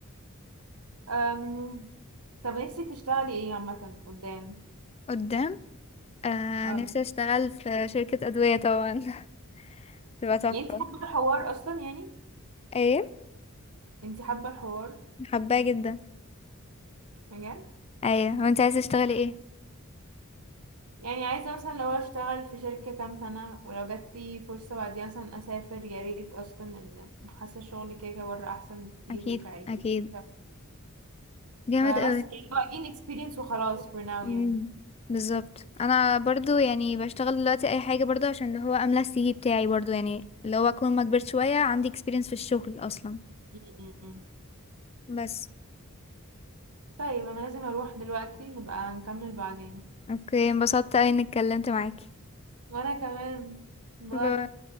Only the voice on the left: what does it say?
قدام آه
نفسي اشتغل في شركة ادوية طبعا <laughs> تبقى تحفة
ايه
حباه جدا
ايوه وانت عايزه تشتغلي ايه
اكيد
اكيد جامد
قوي
امم
بالظبط انا برضو يعني بشتغل دلوقتي اي حاجه برضو عشان اللي هو املى السي في بتاعي برضو يعني اللي هو اكون ما كبرت شويه عندي experience في الشغل اصلا
بس
اوكي انبسطت اوي اني اتكلمت معاكي
باي.